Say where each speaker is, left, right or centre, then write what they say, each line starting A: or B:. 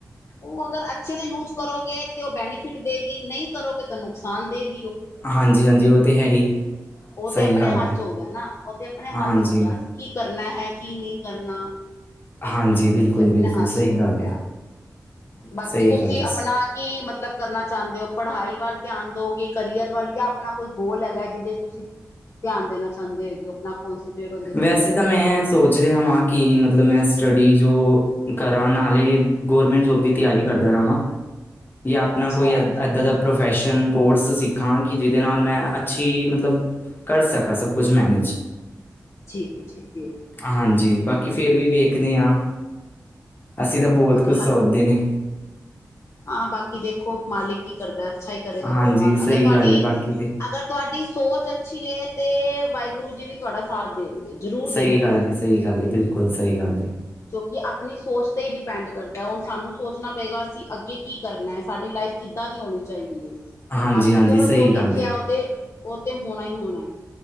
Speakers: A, on the left (about 50°); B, on the left (about 35°).
A: ਓ ਅਗਰ ਅੱਛੇ ਤੋਂ ਯੂਜ ਕਰੋਗੇ ਤੇ ਓ ਬੈਨੀਫਿਟ ਦੇਗੀ ਨਹੀਂ ਕਰੋਗੇ ਤਾਂ ਨੁਕਸਾਨ ਦੇ ਗੀ।
B: ਹਾਂਜੀ, ਹਾਂਜੀ ਉਹ ਤੇ ਹੈ ਹੀ।
A: ਉਹ
B: ਸਹੀ
A: ਤੇ ਆਪਣੇ
B: ਗੱਲ
A: ਹੱਥ
B: ਏ।
A: ਚ ਹੋ ਗਿਆ, ਨਾ ਉਹ ਤੇ ਆਪਣੇ
B: ਹਾਂਜੀ,
A: ਹੱਥ ਚ ਹੋ ਗਿਆ ਅਸੀਂ ਕੀ ਕਰਨਾ। ਹੈ ਕੀ ਨਹੀਂ ਕਰਨਾ
B: ਹਾਂਜੀ ਬਿਲਕੁਲ,
A: ਉਹ ਤਾਂ ਆਪਣੇ
B: ਬਿਲਕੁਲ
A: ਹੱਥ
B: ਸਹੀ
A: 'ਹੋ
B: ਗੱਲ
A: ਗਿਆ
B: ਏ,
A: ਬਾਕੀ
B: ਸਹੀ
A: ਤੁਸੀਂ
B: ਗੱਲ ਏ।
A: ਆਪਣਾ ਕੀ ਮਤਲਬ ਕਰਨਾ ਚਾਹੁੰਦੇ ਹੋ। ਪੜ੍ਹਾਈ ਵੱਲ ਧਿਆਨ ਦੋਗੇ। ਕਰੀਅਰ ਵੱਲ ਜਾਂ ਆਪਣਾ ਕੋਈ ਗੋਲ ਹੈਗਾ ਜਿੰਦੇ ਚ ਤੁਸੀਂ। ਧਿਆਨ ਦੇਣਾ ਚਾਹੁੰਦੇ ਹੈਗੇ ਉਹ ਆਪਣਾ ਕੋਂਸਟਰੇਟ ਉਹਦੇ ਤੇ
B: ਵੈਸੇ
A: ਕਰੋਗੇ
B: ਤਾਂ ਮੈਂ ਸੋਚ ਰਿਹਾ ਵਾਂ ਕਿ ਮਤਲਬ ਮੈਂ ਸਟੱਡੀ ਜੋ ਕਰਾਂ ਨਾਲੇ ਗੌਰਮੈਂਟ ਜੋਬ ਦੀ ਤਿਆਰੀ ਕਰਦਾ ਰਵਾਂ। ਜਾਂ ਆਪਣਾ
A: ਅੱਛਾ
B: ਕੋਈ ਇਦਾ ਦਾ ਪ੍ਰੋਫੈਸ਼ਨ ਕੋਰਸ ਸਿੱਖਾਂ ਕਿ ਜਿਹਦੇ ਨਾਲ ਮੈਂ ਅੱਛੀ ਮਤਲਬ ਕਰ ਸਕਾਂ ਸਭ, ਕੁੱਝ ਮੈਨੇਜ।
A: ਠੀਕ ਹੈ ਠੀਕ ਹੈ
B: ਹਾਂਜੀ, ਬਾਕੀ ਫੇਰ ਵੀ ਵੇਖਦੇ ਆ। ਅਸੀਂ ਤਾਂ ਬਹੁਤ
A: ਮਤਲਬ
B: ਕੁਝ ਸੋਚਦੇ ਨੇ।
A: ਹਾਂ ਬਾਕੀ ਦੇਖੋ ਮਾਲਿਕ ਕੀ ਕਰਦਾ? ਅੱਛਾ ਹੀ ਕਰੇਗਾ
B: ਹਾਂਜੀ
A: ਭਗਵਾਨ
B: ਸਹੀ
A: ਅਗਰ ਤੁਹਾਡੀ--ਅਗਰ
B: ਗੱਲ ਹੈ ਬਾਕੀ ਤੇ
A: ਤੁਹਾਡੀ ਸੋਚ ਅੱਛੀਏ ਤੇ ਵਾਹਿਗੁਰੂ ਜੀ ਵੀ ਤੁਹਾਡਾ ਸਾਥ ਦੇਣਗੇ। ਜ਼ਰੂਰ
B: ਸਹੀ
A: ਦੇਣਗੇ
B: ਗੱਲ ਹੈ ਸਹੀ ਗੱਲ ਹੈ ਬਿਲਕੁਲ ਸਹੀ ਗੱਲ ਹੈ
A: ਕਿਉਂਕਿ ਆਪਣੀ ਸੋਚ ਤੇ ਹੀ ਡਿਪੈਂਡ ਕਰਦਾ ਹੁਣ ਸਾਨੂੰ ਸੋਚਣਾ ਪਏਗਾ ਅਸੀਂ ਅੱਗੇ ਕੀ ਕਰਨਾ ਹੈ ਸਾਡੀ ਲਾਈਫ ਕਿੱਦਾਂ ਦੀ ਹੋਣੀ ਚਾਹੀਦੀ ਏ?
B: ਹਾਂਜੀ
A: ਬਾਕੀ
B: ਹਾਂਜੀ
A: ਚਲੋ
B: ਸਹੀ
A: ਜੋ ਲਿਖਿਆ
B: ਗੱਲ ਹੈ
A: ਉਹ ਤੇ ਉਹ ਤੇ ਹੋਣਾ ਹੀ ਹੋਣਾ